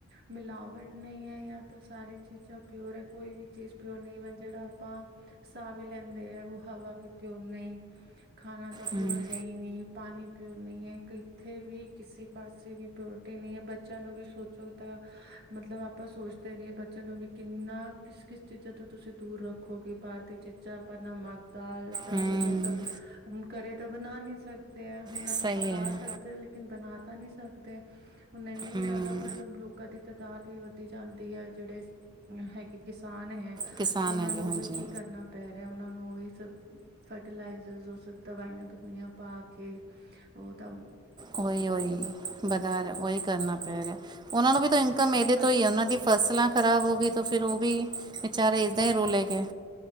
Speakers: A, on the right; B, on the right.
A: ਮਿਲਾਵਟ ਨਈਂ ਐ ਯਾ ਤਾਂ ਸਾਰੀ ਚੀਜ਼ਾਂ ਪਿਓਰ ਹੈ ਕੋਈ ਵੀ ਚੀਜ਼ ਪਿਓਰ ਨਈਂ, ਜੇੜਾ ਆਪਾਂ ਸਾਹ ਵੀ ਲੈਂਦੇਆਂ, ਓ ਹਵਾ ਵੀ ਪਿਓਰ ਨਈਂ। ਖਾਣਾ ਤਾਂ
B: ਹੂੰ
A: ਪਿਓਰ ਹੈ ਹੀ ਨਈ, ਪਾਣੀ ਪਿਓਰ ਨਈਂ ਹੈ ਕਈ ਇੱਥੇ ਵੀ ਕਿਸੇ ਪਾਸੇ ਵੀ ਪਿਓਰਟੀ ਨਈਂ ਐ। ਬੱਚੇਆਂ ਨੂੰ ਵੀ ਸੋਚੋ ਤਾਂ ਮਤਲਬ ਆਪਾਂ ਸੋਚ ਤੇ ਵੀ ਐ ਬੱਚਿਆਂ ਨੂੰ ਵੀ ਕਿੰਨਾ ਕਿਸ-ਕਿਸ ਚੀਜ਼ਾਂ ਤੋਂ ਤੁਸੀਂ ਦੂਰ ਰੱਖੋਗੇ। ਬਾਹਰ ਦੀ ਚੀ ਜਾਂ ਆਪਾਂ ਨਮਕ, ਦਾਲ, ਚਾਵਲ
B: ਹੂੰ
A: ਓ ਸਭ, ਘਰੇ ਤਾਂ ਬਣਾ ਨਈਂ ਸਕਦੇ। ਤੇ ਹੁਣ
B: ਸਹੀ
A: ਆਪਾਂ ਪਕਾ
B: ਹੈ
A: ਸਕਦੇ ਆਂ ਲੇਕਿਨ ਬਣਾ ਤਾਂ ਨਈਂ ਸਕਦੇ। ਹੁਣ ਏਨੀ
B: ਹਮ
A: ਜਾਦਾ ਮਤਲਬ ਲੋਕਾਂ ਦੀ ਤਾਦਾਦ ਵੀ ਵੱਧੀ ਜਾਂਦੀਏ, ਜੇੜੇ ਹੈਗੇ ਕਿਸਾਨ ਹੈ,
B: ਕਿਸਾਨ
A: ਓਨਾਂ
B: ਹੈਗੇ
A: ਨੂੰ
B: ਹਾਂਜੀ
A: ਵੀ ਕੀ ਕਰਨਾ ਪੈ ਰੇਆ ਓਨਾਂ ਨੂੰ ਓਹੀ ਸਭ ਫਰਟੀਲਾਈਜ਼ਰ ਓਹ ਸਭ ਦਵਾਈਆਂ ਦਵਾਈਆਂ ਪਾ ਕੇ ਓਤਾਂ
B: ਓਈ ਓਈ ਬਨਾਣ ਓਈ ਕਰਨਾ ਪੈ ਰੇਆ। ਓਨਾਂ ਨੂੰ ਵੀ ਤਾਂ ਇਨਕਮ ਏਦੇ
A: ਫਸਲਾਂ
B: ਤੋਂ ਹੀਏ। ਓਨਾਂ ਦੀ ਫਸਲਾਂ ਖਰਾਬ ਹੋ ਗਈ ਤੇ ਫਿਰ ਓਵੀ ਵਿਚਾਰੇ ਏਦਾਂ ਹੀ ਰੁਲੇਗੇ।